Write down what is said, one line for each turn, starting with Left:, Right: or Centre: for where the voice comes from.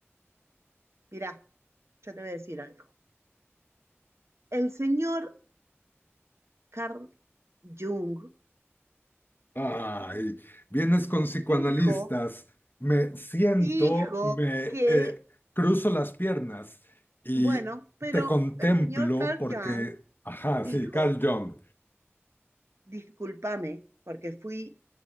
Right: Mirá, yo te voy a decir algo. El señor Carl Jung
Left: Ay, vienes con psicoanalistas,
Right: dijo,
Left: me siento,
Right: dijo
Left: me
Right: que,
Left: eh, cruzo las piernas y
Right: bueno, pero
Left: te contemplo
Right: el señor Carl
Left: porque,
Right: Jung
Left: ajá,
Right: dijo
Left: sí, Carl Jung.
Right: discúlpame, porque fui